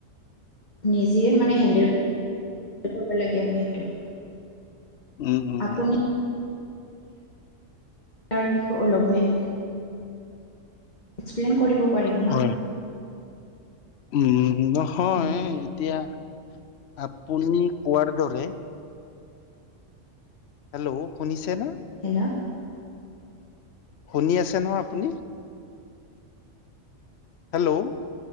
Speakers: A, on the left; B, on the left.
A: নিজে মানে হেণ্ডেল কৰিব লাগে আৰু সেইটো
B: উম- উম-
A: আপুনি
B: উম।
A: তাৰ বিষ অলপমেন প্লেন কৰিব পাৰিব
B: হয়,
A: ন।
B: উম, নহয়
A: দে
B: এতিয়া। আপুনি কোৱাৰ দৰে হেল্ল', শুনিছে নে।
A: <unintelligible>
B: শুনি আছে নহ আপুনি? হেল্ল',